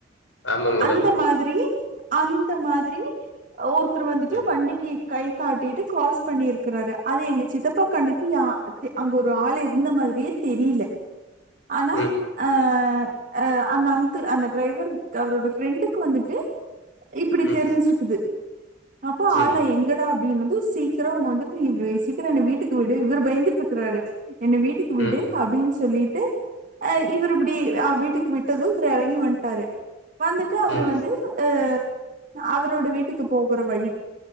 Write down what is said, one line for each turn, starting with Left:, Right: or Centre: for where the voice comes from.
Left: ஆமாங்க மேடம்
Right: அந்த மாதிரி அந்த மாதிரி ஒருத்தர் வந்துட்டு
Left: ம்
Right: வண்டிக்கி கை காட்டிட்டு கிராஸ் பண்ணிருக்கிறாரு அது எங்க சித்தப்பா கண்ணுக்கு யா தே அங்க ஒரு ஆள் இருந்த மாரியே தெரில ஆனா
Left: ம்
Right: அ அ அந்த அங்கிள் அந்த டிரைவர் அவரோட ஃப்ரண்டுக்கு வந்துட்டு இப்டி
Left: ம்
Right: தெரிஞ்சிருக்குது அப்போ
Left: ம்
Right: ஆளா
Left: ம்
Right: எங் கடா அப்டின்னது சீக்கிரோ அவுங்க வந்து நீ சீக்கிர என்ன வீட்டுக்கு விடு இவுரு பயந்துட்டு இருக்கிறாரு என்ன வீட்டுக்கு விடு
Left: ம்
Right: அப்டின் சொல்லிட்டு அ இவரு இப்டி ஆ வீட்டுக்கு விட்டது இவுரு எறங்கி வன்டாரு வந்துட்டு அவுரு
Left: ம்
Right: வந்து அ அவரோட வீட்டுக்கு போகுற வழி